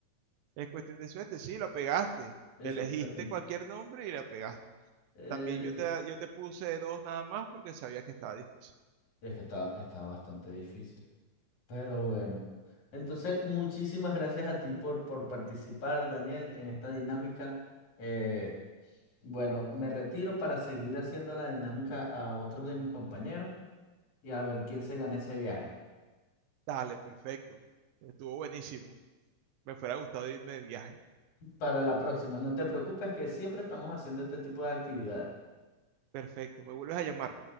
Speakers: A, on the right; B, on the left.
A: Es cuestión de suerte, sí, lo pegaste.
B: Exactamente.
A: Elegiste cualquier nombre y la pegaste.
B: Esa-
A: También yo te, yo te puse dos nada más porque sabía que estaba difícil.
B: Es que estaba, estaba bastante difícil. Pero bueno. Entonces, muchísimas gracias a ti por, por participar, Daniel, en esta dinámica. Eh, bueno, me retiro para seguir haciendo la dinámica a otros de mis compañeros. y a ver quién se gana ese viaje.
A: Dale, perfecto. Estuvo buenísimo. Me fuera gustado irme de viaje.
B: Para la próxima, no te preocupes que siempre estamos haciendo este tipo de actividades.
A: Perfecto, me vuelves a llamar.